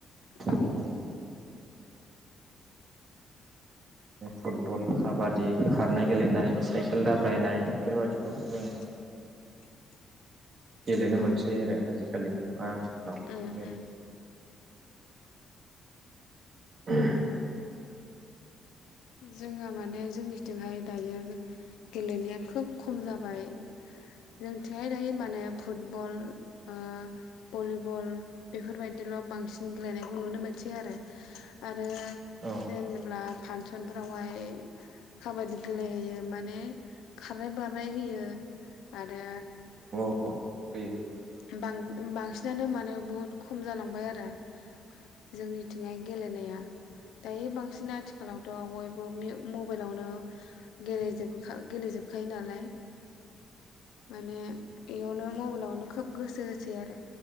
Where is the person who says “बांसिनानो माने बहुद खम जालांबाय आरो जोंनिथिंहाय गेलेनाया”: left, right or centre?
Left